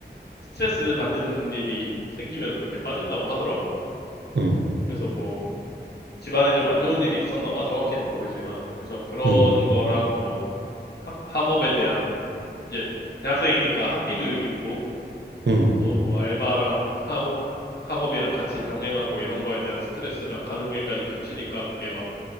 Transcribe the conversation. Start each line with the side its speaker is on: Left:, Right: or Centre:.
Left: 스트레스 받는 일이 생기면 그렇게 빠진다고 하더라고.
Right: 응,
Left: 그래서 뭐 집안에 좀 안 좋은 일이 있었나 봐. 정확히는 모르지만. 그래서 그런
Right: 응,
Left: 거랑 뭐 학, 학업에 대한 이제 대학생이니까 학비도 있고
Right: 응,
Left: 또 뭐 알바랑 하고 학업이랑 같이 병행하고 이런 거에 대한 스트레스랑 가족일까지 겹치니까 그게 막